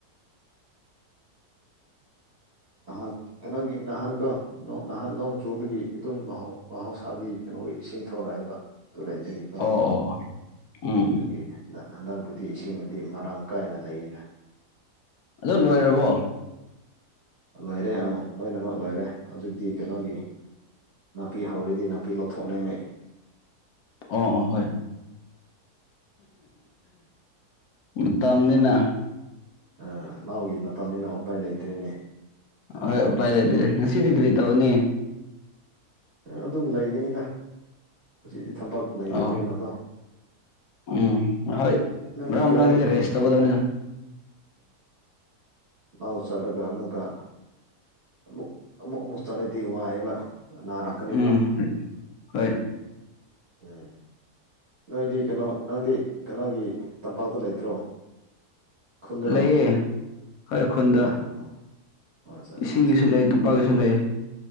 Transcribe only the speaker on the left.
<inaudible>
ꯑꯣ ꯑꯣ ꯎꯝ ꯎꯝ
ꯑꯗꯣ ꯂꯣꯏꯔꯕꯣ
ꯑꯣ ꯍꯣꯏ ꯍꯨ ꯍꯨ ꯍꯨ ꯃꯇꯝꯅꯤꯅ
ꯍꯣꯏ ꯎꯄꯥꯏ ꯂꯩꯇꯦ ꯉꯁꯤꯗꯤ ꯀꯔꯤ ꯇꯧꯅꯤ
ꯑꯣ ꯎꯝ ꯍꯣꯏ
ꯃꯔꯛ
ꯃꯔꯛ ꯔꯦꯁ
ꯇꯧꯒꯗꯕꯅꯤꯗ
ꯎꯝ ꯍꯣꯏ
ꯂꯩꯌꯦ ꯍꯣꯏ ꯈꯨꯟꯗ
ꯏꯁꯤꯡꯒꯤꯁꯨ ꯂꯩ ꯇꯝꯄꯥꯛꯒꯤꯁꯨ ꯂꯩ